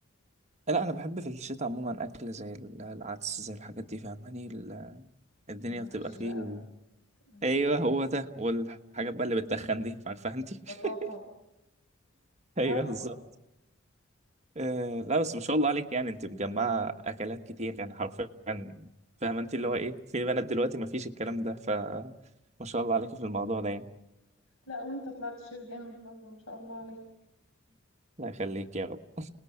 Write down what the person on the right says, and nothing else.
لا انا بحب في الشتاء عموما اكل زي ال- العدس زي الحاجات دي فاهماني ال- الدنيا
بتبقى فيه
ايوه هو ده والحاجات بقى اللي بتتخن دي عارفه انت <laughs>
ايوه
بالظبط آه لا بس ما شاء الله عليك يعني انت مجمعه اكلات كتير يعني حرفيا فاهمه انت اللي هو ايه في بنات دلوقتي ما فيش الكلام ده فما شاء الله عليك في الموضوع ده يعني
الله يخليك يا رب